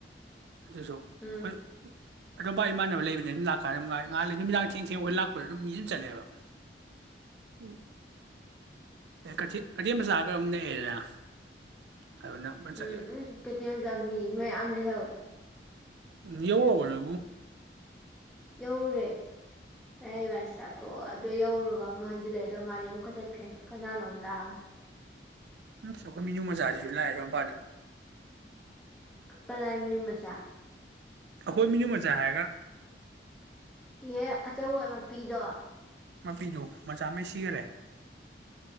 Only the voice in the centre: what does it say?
ꯎꯝ
ꯎꯝ ꯎꯝ ꯀꯩꯊꯦꯜ ꯆꯝ ꯃꯤ ꯃꯌꯥꯝꯝ ꯂꯤꯍꯧꯌꯦ
ꯌꯧꯔꯦ ꯑꯕ ꯆꯥꯊꯣꯛ ꯑꯗꯣ ꯌꯔꯒ ꯑꯃꯨꯛ ꯍꯟꯖꯤꯜꯂꯛꯑꯦꯗꯣ ꯃꯥꯗꯤ ꯑꯃꯨꯛꯀ ꯆꯠꯦ ꯈ꯭ꯔꯦ ꯀꯅꯥꯅꯣꯝ ꯂꯥꯛꯑꯒ
ꯀꯅꯥꯃꯤꯅꯨ ꯃꯆꯥ
ꯌꯦ ꯑꯆꯥ ꯄꯤꯗ